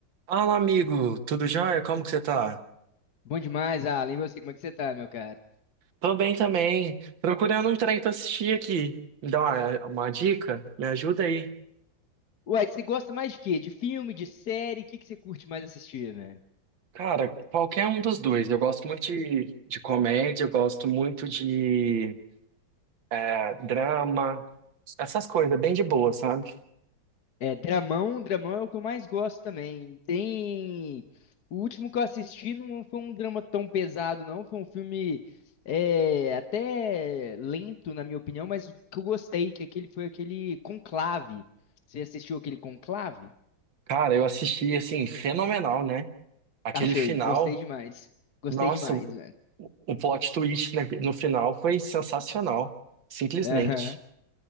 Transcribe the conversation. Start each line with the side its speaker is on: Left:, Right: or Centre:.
Right: Fala, amigo, tudo jóia? Como que você tá?
Left: Bom demais, Alan. E você, como é que você tá, meu cara?
Right: Tô bem também. Procurando um trem pra assistir aqui. Me dá uma, uma dica? Me ajuda aí.
Left: Uai, você gosta mais de quê? De filme, de série? O que que você curte mais assistir, velho?
Right: Cara, qualquer um dos dois. Eu gosto muito de, de comédia, eu gosto muito de ah, drama, essas coisas, bem de boa, sabe?
Left: É, dramão, dramão é o que eu mais gosto também. Tem. O último que eu assisti não foi um drama tão pesado, não. Foi um filme é, até lento, na minha opinião, mas o que eu gostei, que aquele foi aquele Conclave. Você assistiu aquele Conclave?
Right: Cara, eu assisti, assim, fenomenal, né? Aquele
Left: Achei,
Right: final,
Left: gostei demais. Gostei
Right: nossa,
Left: demais,
Right: o,
Left: velho.
Right: o plot twist né, no final foi sensacional, simplesmente.
Left: Aham.